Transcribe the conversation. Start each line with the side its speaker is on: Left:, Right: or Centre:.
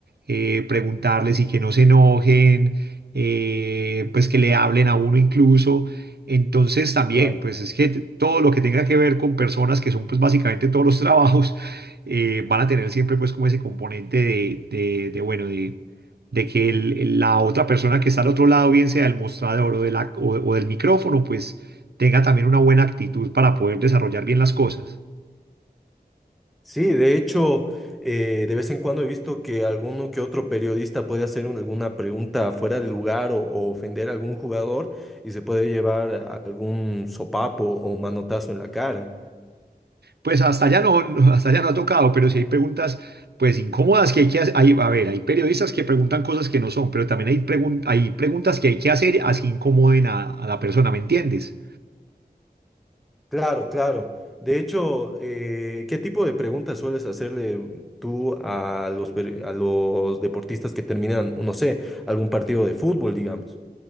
Right: eh, preguntarles y que no se enojen, eh, pues que le hablen a uno incluso. Entonces también,
Centre: Claro.
Right: pues es que t- todo lo que tenga que ver con personas que son pues básicamente todos los trabajos, eh, van a tener siempre pues como ese componente de, de, de, bueno, de de que el- la otra persona que está al otro lado, bien sea del mostrador o, de la- o- o del micrófono, pues tenga también una buena actitud para poder desarrollar bien las cosas.
Centre: Sí, de hecho, eh, de vez en cuando he visto que alguno que otro periodista puede hacer un- alguna pregunta fuera de lugar o, o ofender a algún jugador y se puede llevar algún sopapo o manotazo en la cara.
Right: Pues hasta allá no, <laughs> no- hasta allá no ha tocado, pero si hay preguntas pues incómodas que hay que hacer, hay, a ver, hay periodistas que preguntan cosas que no son, pero también hay, pregun- hay preguntas que hay que hacer así incomoden a, a la persona, ¿me entiendes?
Centre: Claro, claro. De hecho, eh, ¿qué tipo de preguntas sueles hacerle tú a los, per- a los deportistas que terminan, no sé, algún partido de fútbol, digamos?